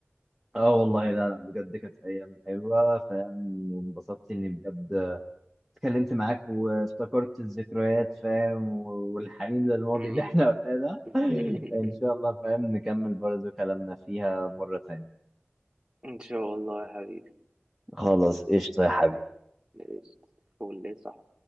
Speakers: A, in the centre; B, on the right.
A: اه والله لا لا بجد كانت أيام حلوة فاهم وانبسطت إني بجد اتكلمت معاك وافتكرت الذكريات فاهم و- والحنين للماضي
B: مم.
A: اللي احنا قلناه ده
B: <laughs>
A: <laughs> ان شاء الله فاهم نكمل برضو كلامنا فيها مرة تانية
B: ان شاء الله يا حبيبي
A: خلاص قشطة يا حبيبي
B: ليست فول ليه صح